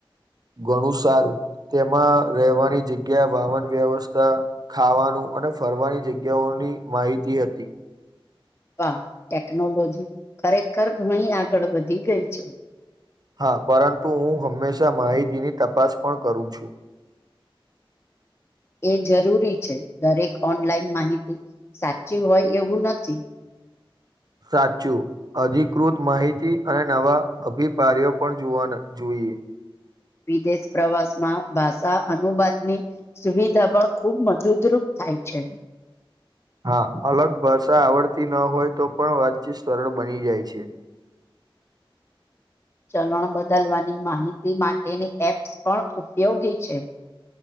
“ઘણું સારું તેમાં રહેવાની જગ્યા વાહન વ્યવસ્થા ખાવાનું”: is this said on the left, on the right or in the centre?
Right